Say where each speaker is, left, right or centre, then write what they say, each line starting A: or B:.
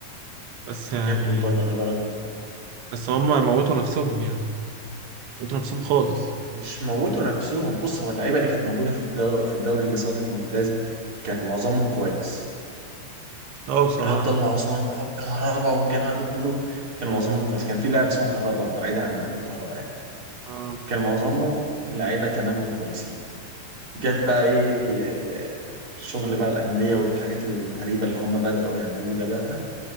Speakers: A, on the right (about 85°); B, on the right (about 20°).
A: بس يعني
B: هبطوا لدرجه درجه رابعه
A: بس هم موتوا نفسهم يعني موتوا نفسهم خالص
B: مش موتوا نفسهم بص هو اللعيبه اللي كانت موجوده في الدوري في الدوري اللي صعدت الممتاز كان معظمهم كويس
A: اه بصراحة
B: عبد الله عثمان بقى وكهربا والجماعه دول كلهم كان معظمهم كويس كان في لاعب اسمه كهربا بعيدا عن محمود كهربا يعني
A: آه.
B: كان معظمهم لعيبه تمام وكويسين جت بقى ايه ال- ال- الشغل بقى الانديه والحاجات الغريبه اللي هم بداوا يعملوه ده بقى